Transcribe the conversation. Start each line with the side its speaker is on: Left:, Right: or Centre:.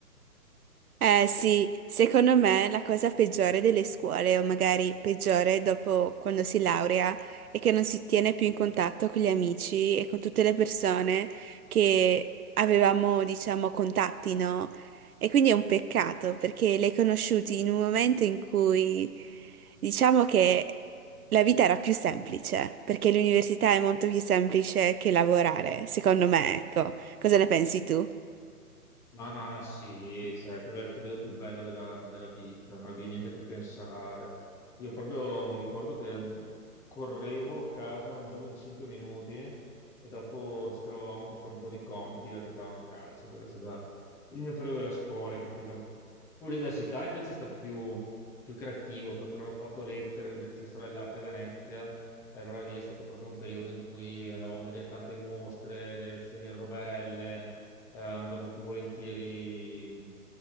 Right: Eh sì, secondo me la cosa peggiore delle scuole, o magari peggiore dopo quando si laurea, è che non si tiene più in contatto con gli amici e con tutte le persone che avevamo, diciamo, contatti, no? E quindi è un peccato perché le hai conosciuti in un momento in cui diciamo che la vita era più semplice, perché l'università è molto più semplice che lavorare, secondo me, ecco. Cosa ne pensi tu?
Centre: Ma sì, cioè, quello è il periodo più bello della, della vita, non avevi niente a cui pensare. Io proprio mi ricordo che correvo a casa, mangiavo in 5 minuti e dopo ci trovavamo per fare un po' di compiti e giocavamo a calcio. Quello è stato il mio periodo della scuola, hai capito? L'università invece è stato più, più creativo perché ho fatto lettere, quindi c'è storia dell'arte a Venezia. E allora lì è stato proprio un periodo in cui andavamo a vedere tante mostre, le lezioni erano belle, eh, andavo più volentieri mh,